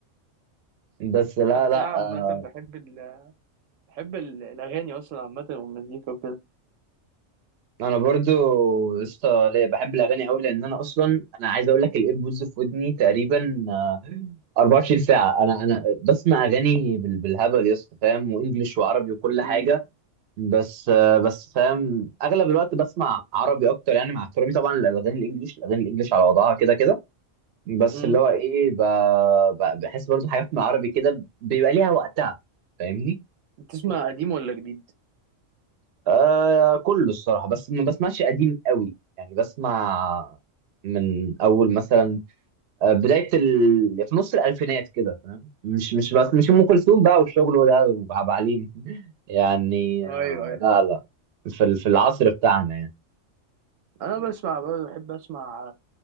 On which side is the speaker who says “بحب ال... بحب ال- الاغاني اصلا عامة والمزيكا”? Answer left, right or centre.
Right